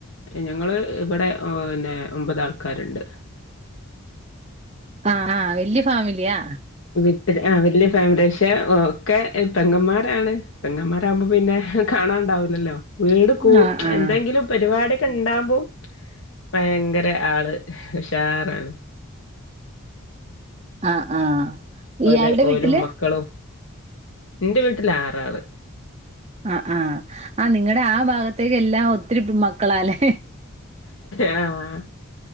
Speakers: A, on the left (about 65°); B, on the right (about 30°).
A: ഞങ്ങള് ഇബടെ പിന്നെ ഒമ്പത് ആൾക്കാര്ണ്ട്.
B: ആഹ് ആഹ് വല്യഫാമിലിയാ?
A: വീട്ട് ആഹ് വല്യഫാമിലിയാ ക്ഷെ ഒക്കെ പെങ്ങമാരാണ് പെങ്ങമാ ണ്ടാവ്മ്പോ പിന്നെ കാണാണ്ടാവൂലല്ലോ വീട് കൂ
B: ആഹ് ആഹ്
A: എന്തെങ്കിലും പര്പാടിക്കെണ്ടാവ്മ്പോ ഭയങ്കര ആള് ഉഷാറാണ്.
B: ആഹ് ആഹ് ഇയാളുടെ
A: ഓലെ ഓലും
B: വീട്ടില്
A: മക്കളും ന്റെ വീട്ടില് ആറാള്.
B: ആഹ് ആഹ് ആഹ് നിങ്ങടെ ആ ഭാഗത്തേക്കെല്ലാം ഒത്തിരി മക്കളലേ?
A: ആഹ്